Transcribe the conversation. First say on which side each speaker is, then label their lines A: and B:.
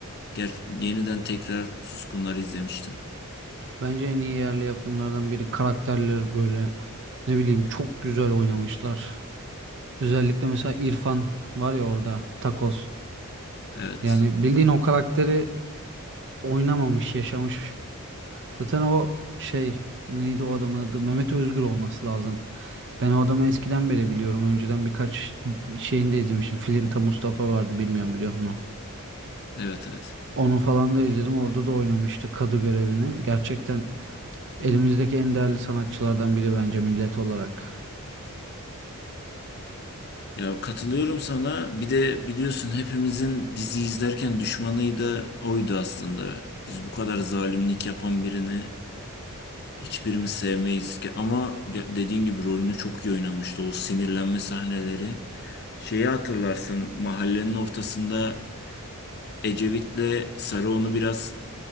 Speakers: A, on the left; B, on the right.
A: Ger yeniden tekrar Suskunlar izlemiştim.
B: Bence en iyi yerli yapımlardan biri. Karakterler böyle ne bileyim çok güzel oynamışlar. Özellikle mesela İrfan var ya orada Takoz.
A: Evet.
B: Yani bildiğin o karakteri oynamamış, yaşamış. Zaten o şey neydi o adamın adı? Mehmet Özgür olması lazım. Ben o adamı eskiden beri biliyorum. Önceden birkaç şeyinde izlemişim. Filinta Mustafa vardı bilmiyorum biliyor musun?
A: Evet evet.
B: Onu falan da izledim. Orada da oynamıştı kadı görevini. Gerçekten Elimizdeki en değerli sanatçılardan biri bence millet olarak.
A: Ya katılıyorum sana. Bir de biliyorsun hepimizin dizi izlerken düşmanı da oydu aslında. Biz bu kadar zalimlik yapan birini Hiçbirimiz sevmeyiz ki ama ge- dediğin gibi rolünü çok iyi oynamıştı. O sinirlenme sahneleri. Şeyi hatırlarsın mahallenin ortasında Ecevit'le Sarı onu biraz